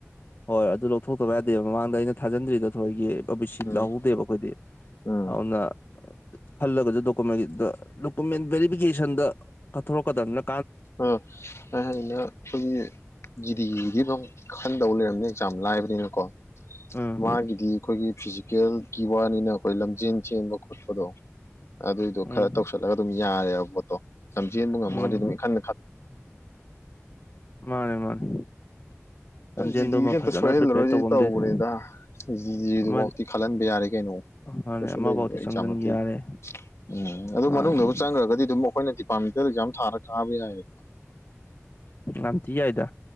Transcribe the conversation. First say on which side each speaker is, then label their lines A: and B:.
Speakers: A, on the left; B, on the left.
A: ꯍꯣꯏ ꯑꯗꯨ ꯂꯧꯊꯣꯛꯇꯕ ꯌꯥꯗꯦꯕ ꯃꯃꯥꯡꯗ ꯑꯩꯅ ꯊꯥꯖꯟꯗ꯭ꯔꯤꯗ ꯊꯣꯏꯒꯤ ꯀꯕꯤꯁꯤ
B: ꯎꯝ
A: ꯂꯧꯍꯧꯗꯦꯕ ꯑꯩꯈꯣꯏꯗꯤ
B: ꯎꯝ
A: ꯑꯗꯨꯅ ꯈꯜꯂꯒꯁꯨ ꯗꯣꯀꯨꯃꯦꯟꯒꯤ ꯗꯣꯀꯨꯃꯦꯟ ꯕꯦꯔꯤꯐꯤꯀꯦꯁꯟꯗ ꯀꯥꯊꯣꯔꯛꯀꯗꯕꯅꯤ ꯅ
B: ꯑ ꯑꯩꯅ ꯑꯩꯈꯣꯏꯒꯤꯖꯤꯗꯤꯖꯤ ꯒꯤꯐꯝꯝ ꯈꯟꯗꯧ ꯂꯩꯔꯝꯅꯤ ꯑꯦꯛꯖꯥ ꯌꯥꯝ ꯂꯥꯏꯕꯅꯤꯅꯀꯣ
A: ꯎꯝ
B: ꯃꯥꯒꯤꯗꯤ ꯑꯩꯈꯣꯏꯒꯤ ꯐꯤꯖꯤꯀꯦꯜꯒꯤ ꯋꯥꯅꯤꯅ ꯑꯩꯈꯣꯏ ꯂꯝꯖꯦꯟ ꯆꯦꯟꯕ ꯈꯁꯁꯨꯗꯣ ꯑꯗꯨꯏꯗꯣ ꯈꯔ
A: ꯎꯝ
B: ꯇꯧꯁꯜꯂꯒ ꯑꯗꯨꯝ ꯌꯥꯔꯦꯕ ꯄꯣꯠꯇꯣ ꯂꯝꯖꯦꯟꯕ ꯉꯝꯃꯒꯗꯤ
A: ꯎꯝ
B: ꯑꯗꯨꯝ ꯏꯈꯟ
A: ꯃꯥꯅꯦ ꯃꯥꯅꯦ ꯂꯝꯖꯦꯟꯗꯨꯃ
B: ꯖꯤꯗꯤ
A: ꯐꯖꯅ
B: ꯑꯝꯇ ꯁꯣꯏꯍꯜꯂꯔꯣꯏꯁꯤ
A: ꯄ꯭ꯔꯤꯄꯦꯌꯔ ꯇꯧꯕ
B: ꯇꯧꯕꯅꯤꯗ ꯖꯤꯖꯤꯗꯨꯐꯥꯎꯇꯤ
A: ꯑꯃꯗꯤ
B: ꯈꯜꯍꯟꯕ ꯌꯥꯔꯦ ꯀꯩꯅꯣ
A: ꯑꯃ ꯃꯥꯅꯦ
B: ꯀꯩꯁꯨ
A: ꯑꯃꯐꯥꯎꯗꯤ
B: ꯂꯩꯕ ꯑꯩꯆꯥꯥꯃꯠꯇꯦꯗꯤ
A: ꯆꯪꯁꯤꯟ ꯌꯥꯔꯦ
B: ꯎꯝ ꯑꯗꯨꯣ
A: ꯃꯥꯅꯦ
B: ꯃꯅꯨꯡꯗꯕꯨ ꯆꯪꯈ꯭ꯔꯒꯗꯤ ꯑꯗꯨꯝ ꯑꯩꯈꯣꯏꯅꯗꯤ ꯄꯟꯇꯔꯖꯝ ꯊꯥꯔ ꯀꯥꯕ ꯌꯥ ꯍꯥꯏ
A: ꯑꯝ ꯊꯤ ꯍꯥꯏꯗ